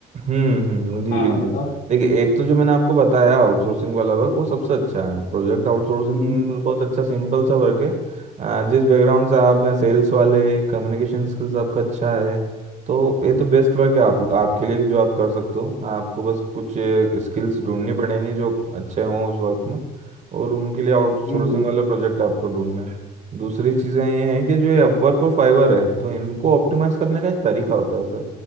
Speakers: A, on the right; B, on the left.
A: हम्म हम्म जी
B: हाँ
A: बिल्कुल
B: हाँ बताओ
A: देखिए एक तो जो मैंने आपको बताया आउटसोर्सिंग वाला वर्क वो सबसे अच्छा है प्रोजेक्ट आउटसोर्सिंग
B: हम्म
A: बहुत अच्छा सिंपल सा वर्क है अ, जिस बैकग्राउंड से आप हैं सेल्स वाले कम्युनिकेशन स्किल्स आपका अच्छा है तो ये तो बेस्ट वर्क है आप आपके लिए कि जो आप कर सकते हो आपको बस कुछ स्किल्स
B: हम्म
A: ढूंढनी पड़ेंगी जो अच्छे हों उस वर्क में और उनके लिए आउटसोर्सिंग
B: हम्म हम्म।
A: वाले प्रोजेक्ट आपको ढूंढना है दूसरी चीज़ें ये हैं कि जो ये अपवर्क और फाइवर है तो इनको ऑप्टिमाइज करने का एक तरीका होता है